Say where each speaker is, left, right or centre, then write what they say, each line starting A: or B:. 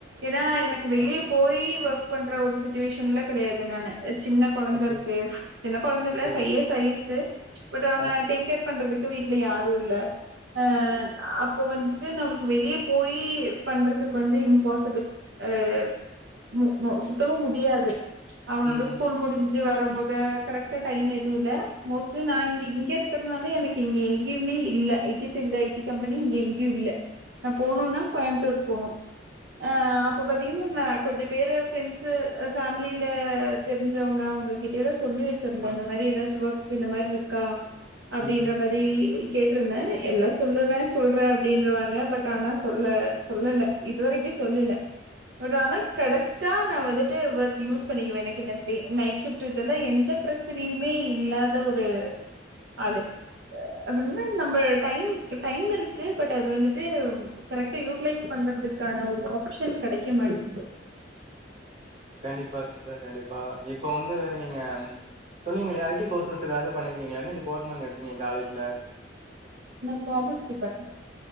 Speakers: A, on the right; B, on the right.
A: ஏன்னா எனக்கு வெளியே
B: ஆ
A: போய் ஒர்க் பண்ற ஒரு சிச்சுவேஷன்ல கடையாது நானு சின்ன கொழந்தை
B: ஓகே
A: இருக்கு சின்ன குழந்தை இல்ல
B: ஓகே
A: ஃபை இயர்ஸ் ஆயிடுச்சு பட் அவன
B: ஆ
A: டேக் கேர் பண்றதுக்கு வீட்ல யாரு இல்ல அ அப்போ வந்துட்டு நம்மளுக்கு வெளியே போய் பண்றதுக்கு வந்து இம்பாசிபிள் அ மு மு சுத்தமா முடியாது அவனோட
B: ம் ம்
A: ஸ்கூல் முடிஞ்சு வரும் போது கரெக்ட்டா டைம் எதுவு இல்ல மோஸ்ட்லி நா இங்க இங்க இருக்கிறனால எனக்கு இங்க எங்கேயுமே இல்ல ஐ டி ஃபில் ஐ டி கம்பெனி இங்க எங்கேயு இல்ல நா போனுன்னா கோயம்புட்டூர் போனு அ அப்ப பாத்தீங்கன்னா ந கொஞ்ச பேரு ஃப்ரெண்ட்ஸ் ஃபேமிலியில தெரிஞ்சவங்க அவங்க கிட்ட எல்லா சொல்லி வச்சிருந்தே
B: ஆ
A: இந்த மாரி எதாச்சு ஒர்க்கு இந்த மாரி இருக்கா அப்படின்ற
B: ம் ம்
A: மா ரி கேட்டிருந்தே எல்லா சொல்லுறே சொல்றே அப்படின்ருவாங்க பட் ஆனா சொல் சொல்லல இதுவரைக்கு சொல்லல ஆனா கடைச்சா நா வந்துட்டு வர்த் யூஸ் பண்ணிக்குவே எனக்கு இண்டி நைட் ஷிப்ட் இதெல்லா எந்த ப்ர ச்சனையுமே இல்லாத ஒரு ஆளு அப்படின்ன நம்ம டைம் டைம் இருக்கு பட் அது வந்துட்டு கரெக்டா யூட்டிலைஸ் பண்றதுக்கான ஒரு ஆப்ஷன் கிடைக்க மாட்டிங்குது
B: கண்டிப்பா சிஸ்டர் கண்டிப்பா இப்ப வந்து நீங்க சோ நீங்க ஐ டி கோர்சஸ் எதாவது பண்ணிருக்கீங்களா என்ன டிபார்ட்மெண்ட் எடுத்தீங்க காலேஜ்ல
A: நா commerce department